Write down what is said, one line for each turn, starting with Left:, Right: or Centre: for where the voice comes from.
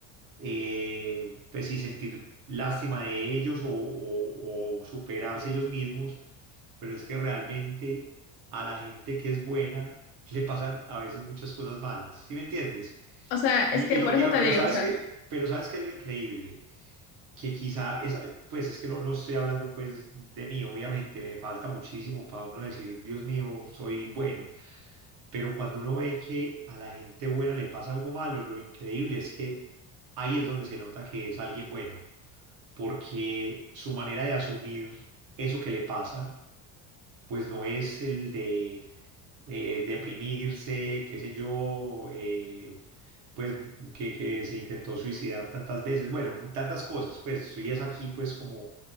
Right: eh, pues sí, sentir lástima de ellos o, o o superarse ellos mismos, pero es que realmente a la gente que es buena le pasan a veces muchas cosas malas, ¿sí me entiendes?
Left: O sea, es
Right: Y,
Left: que
Right: y
Left: por
Right: no,
Left: eso
Right: pero,
Left: te
Right: pero
Left: digo,
Right: sabes
Left: o sea,
Right: que, pero sabes que es lo increíble, que quizá esa, pues es que no, no estoy hablando pues de mí, obviamente, me falta muchísimo para uno decir, Dios mío, soy bueno, pero cuando uno ve que a la gente buena le pasa algo malo, lo increíble es que ahí es donde se nota que es alguien bueno, porque su manera de asumir eso que le pasa, pues no es el de eh, deprimirse, qué sé yo, eh, pues que, que se intentó suicidar tantas veces, bueno, tantas cosas, pues estoy es aquí pues como